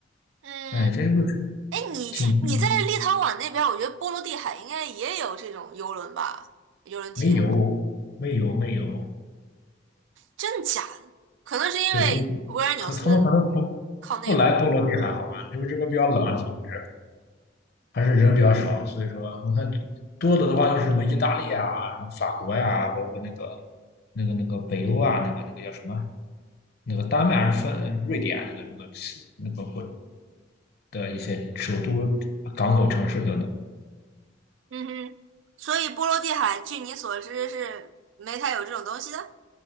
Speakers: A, on the right; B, on the left.
A: 嗯，
B: 哎，这就是
A: 哎，你这你在立陶宛那边儿我觉得波罗的海应该也有这种游轮吧，
B: 挺嗯
A: 游轮体验，
B: 没有，没有，没有。
A: 真的假的？可能是因为维尔纽斯
B: 对，真可他们可能不不来波罗的海好吧？
A: 靠内陆，
B: 因为这边比较冷啊，怎么回事？还是人比较少，所以说我看多的的话就是什么意大利啊，什么法国呀、包括那个那个那个北欧啊，那个那个叫什么？那个丹麦还是芬瑞典啊那个那个那个国的一些首都港口城市等等。
A: 嗯哼，所以波罗的海，据你所知是没太有这种东西的。